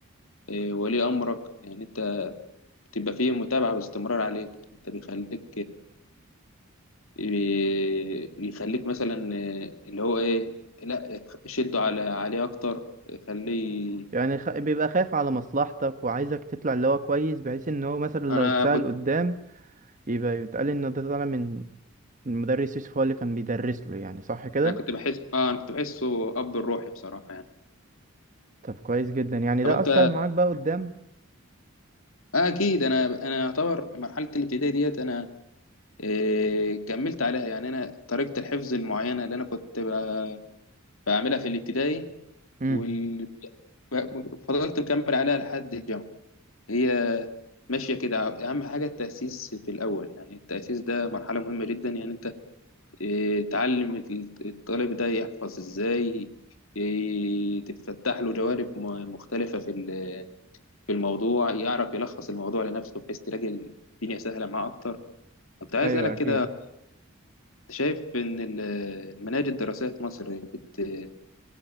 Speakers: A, on the left; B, on the right.
A: آه، ولي امرك يعني انت بتبقى فيه متابعة باستمرار عليك يعني انت بيخليك ي- يخليك مثلا آه، اللي هو ايه لا شده على عليه اكتر خليه
B: يعني خ... بيبقى خايف على مصلحتك وعايزك تطلع اللي هو كويس بحيث ان هو مثلا لو
A: انا
B: اتسأل
A: كنت
B: قدام يبقى يتقال ان ده طالع من المدرس يوسف هو اللي كان بيدرس له يعني صح كده
A: انا كنت بحس اه انا كنت بحسه اب الروحي بصراحه يعني
B: طب كويس جدا يعني ده
A: طب انت
B: اثر معاك بقى قدام
A: آه اكيد انا انا يعتبر مرحله الابتدائي ديت انا آه كملت عليها يعني انا طريقه الحفظ المعينه اللي انا كنت ب- بعملها في الابتدائي
B: امم
A: وال... ب- فضلت مكمل عليها لحد الجامعه هي ماشية كده أهم حاجة التأسيس في الأول يعني التأسيس ده مرحلة مهمة جدا يعني أنت إيه، تعلم الطالب ده يحفظ إزاي إيه، تتفتح له جوانب م- مختلفة في ال- في الموضوع يعرف يلخص الموضوع لنفسه بحيث تلاقي الدنيا سهلة معاه أكتر كنت عايز
B: ايوه
A: أسألك
B: اكيد
A: كده أنت شايف إن ال- المناهج الدراسية في مصر بت-